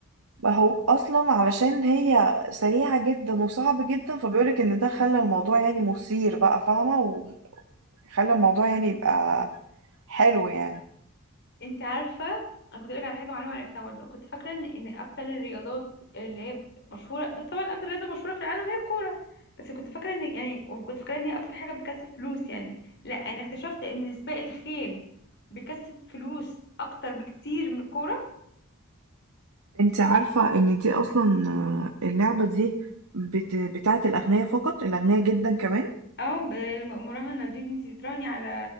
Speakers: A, on the right; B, on the left.
A: ما هو اصلا علشان هي سريعه جدا وصعب جدا فبيقولك ان ده خلى الموضوع يعني مثير بقى فاهمه وخلى الموضوع يعني يبقى حلو يعني
B: انت عارفه انا كنت لك على حاجه معلومه عرفتها برضه كنت فاكره ان ان اكتر الرياضات اللي هي مشهوره بس طبعا اكتر رياضه مشهوره في العالم هي الكوره بس كنت فاكره ان يعني وكنت فاكره ان هي اكتر حاجه بتكسب فلوس يعني لا انا اكتشفت ان سباق الخيل بيكسب فلوس اكتر بكتير من الكوره
A: انت عارفه ان دي اصلا آه، اللعبه دي بت... بتاعه الاغنياء فقط الاغنياء جدا كمان
B: اه بالمراهنه دي ان انت تتراهني على